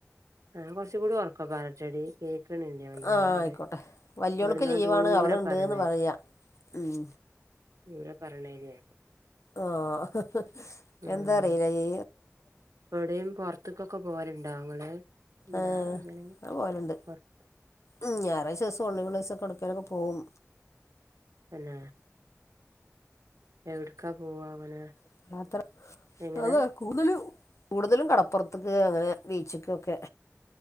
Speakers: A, on the right; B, on the left.
A: ആഹ് കൊറച്ചും കൂടി ഒറക്കെ പറയെടീ കേക്കണില്ല വല്ലാതണ്ട്
B: ആഹ ആയിക്കോട്ടെ വലിയൊളക്ക്
A: എവിടുന്നോ
B: ലീവാണ്
A: ദൂരെ
B: അവള ഇണ്ട്ന്ന്
A: പറയണ
B: പറയാ ഉം
A: ദൂരം പറയണേ നെ
B: ആ ആഹ്
A: ഉം
B: എന്താ അറിയില യെ
A: എവിടെയും പോറത്തേക്കൊക്കെ പോരുണ്ടോ അങ്ങളെ
B: ഏഹ്
A: ആ അങ്ങനപുറത്ത്
B: അത് പോവലുണ്ട് ഉം ഞായാഴ് ദിവം ഓൺലൈൻ ക്ലാസ്സ്‌ ഒക്കെ എടുക്കാനൊക്കെ പോകും
A: എന്ന എവിടക്കാ പോവാ അവന
B: ഇക്കത്ര
A: എങ്ങനെ
B: അതാ കൂടുതലും കൂടുതലും കടപ്പുറത്തക്ക് അങ്ങനെ ബീച്ചുക്കൊക്കെ